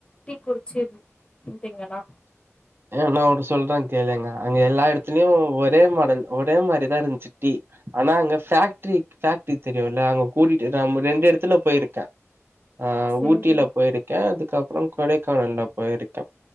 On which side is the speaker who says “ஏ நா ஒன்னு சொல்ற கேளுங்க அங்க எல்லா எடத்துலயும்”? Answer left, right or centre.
Right